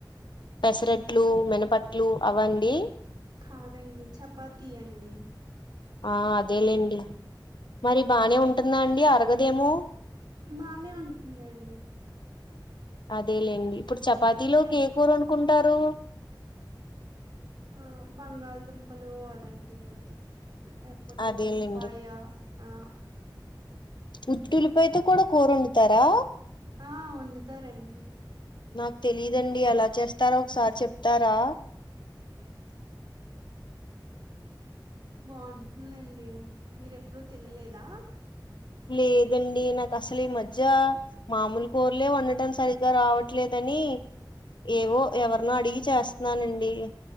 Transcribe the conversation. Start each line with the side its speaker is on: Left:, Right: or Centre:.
Left: పెసరట్లు మినపట్లు అవండి
Right: కాదండి చపాతీ అండి
Left: ఆ అదే లేండి మరి బానే ఉంటుందా అండి అరగదేమో
Right: బానే ఉంటుందండి
Left: అదేలేండి ఇప్పుడు చపాతిలో
Right: అంటే
Left: కేకూర ఒండుకుంటారు
Right: ఆ బంగాళదుంపలు అలాంటివండి లేకపోతే
Left: అదేలేండి
Right: ఉల్లిపాయల ఆ
Left: ఉట్టి ఉల్లిపైతో కూడా కూర వండుతారా
Right: ఆ వండుతారండి
Left: నాకు తెలిదండి ఎలా చేస్తారో ఒకసారి చెప్తారా
Right: <inaudible> బాగుంటుందండి మీరు ఎప్పుడూ తినలేదా
Left: లేదండి నాకు అసలు ఈ మధ్య మామూలు కూరలే వండటం సరిగ్గా రావట్లేదు అని ఏవో ఎవరినో అడిగి చేస్తన్నానండి